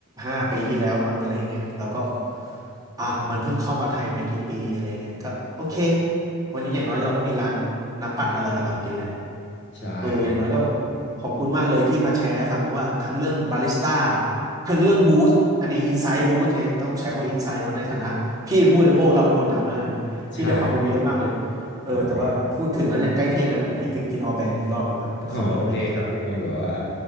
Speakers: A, on the right; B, on the left.
A: ห้าปีที่แล้วมั้งอะไรอย่างเงี้ยแล้วก็อ่ะมันเพิ่งเข้ามาไทยไม่กี่ปีอะไรอย่างเงี้ยก็โอเควันนี้อย่างน้อยเราก็มีร้านน้ำปั่นอร่อยๆกินแหละ
B: ใช่ครับ
A: เอออย่างน้อยก็ขอบคุณมากเลยที่มาแชร์ให้ฟังเพราะว่าทั้งเรื่องบาริสต้าทั้งเรื่องบูสต์อันนี้อินไซ h ์บูสต์ไงต้องใช้คำว่าอินไซ h ์เนาะในฐานะพี่เป็นผู้บริโภคเราเป็นคนทำแล้วกันพี่ได้ความรู้เยอะมากเลย
B: ใช่ครับ
A: เออแต่ว่าพูดถึงแล้วเนี่ยใกล้เที่ยงแล้วเดี๋ยวพี่ไปกินออแบงอีกรอบดีกว่าเดี๋ยวขับรถออกไปกินแล้ว
B: โอเค อ๋อโอเคครับยังไงแบบว่า